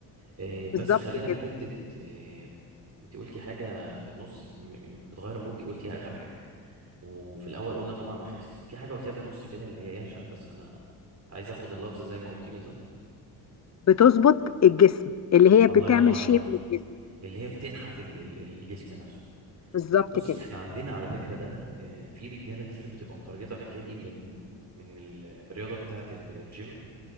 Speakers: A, on the right; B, on the left.
A: آه،
B: بالظبط
A: بس خلينا في
B: كده
A: حته آه، انت قلتي حاجه في النص م- م- بتغير مودي قلتيها اخر حاجه وفي الاول قلنا طبعا نخس في حاجه قلتيها في النص كده اللي هي ايه عشان بس انا كنت عايز اخد اللفظ زي ما قلتيه بالظبط
B: بتظبط الجسم اللي هي
A: الله
B: بتعمل
A: ينور عليكي
B: شيب للجسم
A: اللي هي بتنحت ال- ال- الجسم نفسه
B: بالظبط
A: بصي
B: كده
A: احنا عندنا على فكره ده آه، في رجاله كتير بتبقى مترجطه الحكايه دي من من من ال- من الرياضه بتاعه ال- الجيم